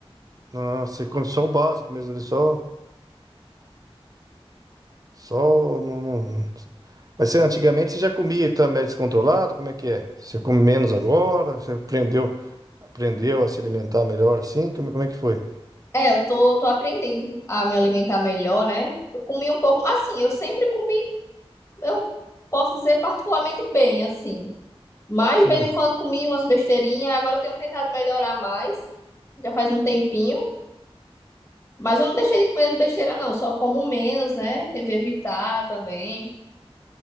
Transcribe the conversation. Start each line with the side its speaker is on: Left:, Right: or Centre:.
Right: Ah, você come só o básico mesmo ali, só. Só. Não, não... Mas você, antigamente você já comia também descontrolado? Como é que é? Você come menos agora? Você aprendeu, aprendeu a se alimentar melhor assim? Como, como é que foi?
Left: É, eu tô, tô aprendendo a me alimentar melhor, né? Eu comi um pouco. Assim, eu sempre comi, eu posso dizer particularmente bem, assim. Mas
Right: Sim.
Left: de vez em quando comi umas besteirinhas, agora eu tenho tentado melhorar mais. Já faz um tempinho. Mas eu não deixei de comer as besteiras, não. Só como menos, né? Tento evitar também.